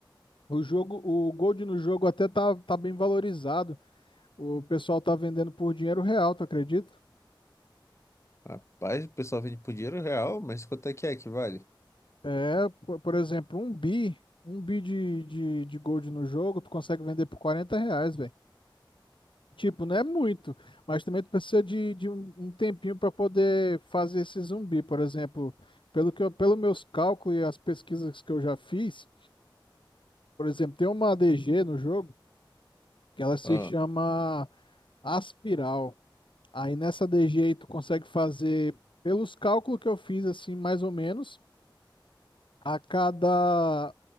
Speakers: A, on the left; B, on the left.
A: O jogo, o Gold no jogo até tá, tá bem valorizado. O pessoal tá vendendo por dinheiro real, tu acredita?
B: Rapaz, o pessoal vende por dinheiro real, mas quanto é que é que vale?
A: É, por, por exemplo, um bi, um bi de, de, de Gold no jogo, tu consegue vender por 40 reais, velho. Tipo, não é muito, mas também tu precisa de, de um, um tempinho para poder fazer esse zumbi, por exemplo. Pelo que eu, pelo meus cálculos e as pesquisas que eu já fiz, por exemplo, tem uma ADG no jogo que ela se
B: Ah,
A: chama Aspiral. Aí nessa DG aí tu consegue fazer, pelos cálculos que eu fiz, assim, mais ou menos, a cada